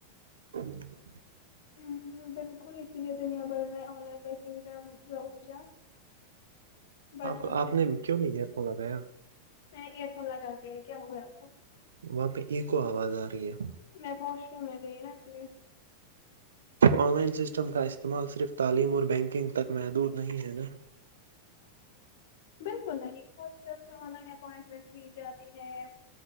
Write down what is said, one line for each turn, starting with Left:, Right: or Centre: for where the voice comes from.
Right: ہاں-
Left: ہ بالکل اسی لیے دنیا ب میں آن لائن پنگ کا- بڑھ
Right: آپ
Left: رہا
Right: کو آپ
Left: ہے
Right: نے کیوں نہیں ایئر فون لگایا-
Left: میں یہ پ لگا کے کیا ہوا آپ کو
Right: وہاں پہ ایکو آواز آ رہی ہے-
Left: میں واش روم میں گ ہی نہا س گ-
Right: آن لائن سسٹم کا استعمال صرف تعلیم اور بینکنگ تک محدود نہیں ہے نا
Left: بالکل، نہیں ہاسپٹلس میں آن لائن اپائنٹمنٹس لی جاتی ہے